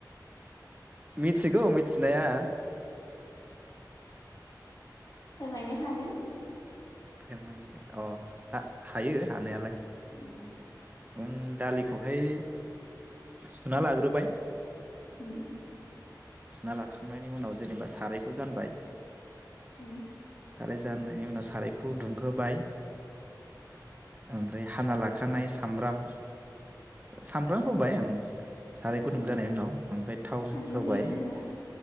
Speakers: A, on the right (about 20°); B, on the left (about 50°).
A: मिथिगौ मिथिनाया
B: फोरमायनो हागोन
A: फोरमायनो अ हा-हायो हानायालाय
B: उम
A: उम दालि खौहाय सुना लाग्रोबाय।
B: उम
A: सुना लाखांनायनि उनाव जेनेबा सारायखौ जानबाय
B: औ <unintelligible>
A: साराय जाननायनि उनाव सारायखौ दुंहोबाय ओमफ्राय हाना लाग खानाय सामब्राम सामब्राम होबाय ओं साराय
B: ओ
A: गुदुं जानाय उनाव ओमफ्राय थाव
B: फानलु
A: होबाय
B: होयोना होआ?